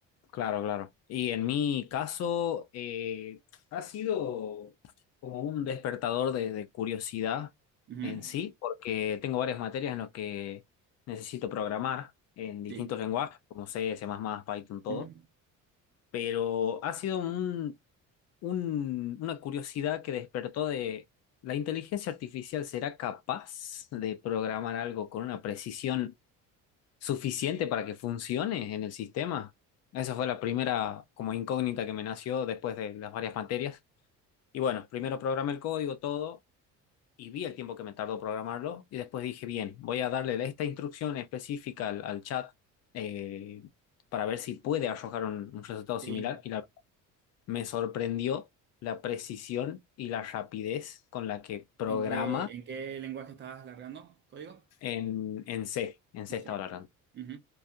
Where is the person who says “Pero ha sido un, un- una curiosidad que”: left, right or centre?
Left